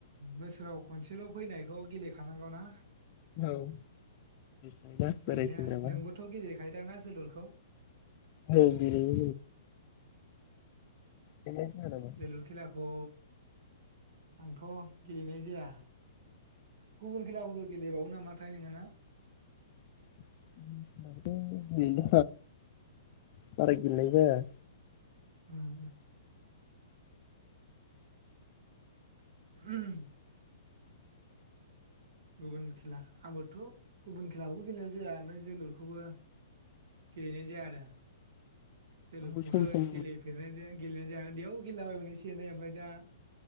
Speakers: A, on the right (about 70°); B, on the left (about 35°).
A: बोसोराव खनसेल' फैनाय बेखौ गेलेखानांगौना।
B: औ थायोना बोराय
A: ओरैनो
B: सेंग्राबा
A: नोंबोथ' गेलेखायोदांना जोलुरखौ
B: औ गेलेयो गेलेनाया गेलेनाय जाया नामा
A: जोलुर खेलाखौ? आंथ' गेलेनाय जाया। गुबुन खेलाफोरबो गेलेबावो नामाथाय नोङो ना।
B: <unintelligible> बिदिनो बारा गेलेनाय जाया।
A: उम <unintelligible> गुबुन खेला आंबोथ' गुबुन खेलाखौबो गेलेनाय जाया ओमफ्राय जोलुरखौबो गेलेनाय जाया आरो। जोलुरखौबो
B: आंबो सम सम
A: गेलेफेरनानै गेलेनानै जाया। दैयाव गेलेला बायोमोन एसे एनै ओमफ्राय दा